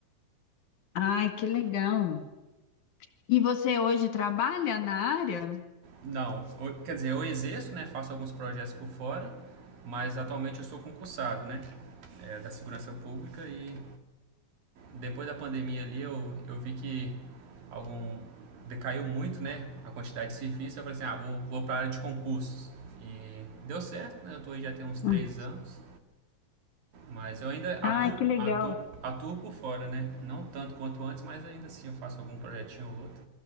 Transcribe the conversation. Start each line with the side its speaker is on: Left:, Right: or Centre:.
Left: Ai, que legal. E você hoje trabalha na área?
Right: não, eu- quer dizer, eu exerço, né? Faço alguns projetos por fora, mas atualmente eu sou concursado, né? é, da segurança pública e depois da pandemia ali, eu, eu vi que algum decaiu muito, né, a quantidade de serviço. Eu falei assim, ah, vou, vou para a área de concursos. E deu certo, né? Eu tô aí já tem uns três
Left: Hum.
Right: anos, mas eu ainda atuo,
Left: Ai, que legal.
Right: atuo, atuo por fora, né? Não tanto quanto antes, mas ainda assim eu faço algum projetinho ou outro.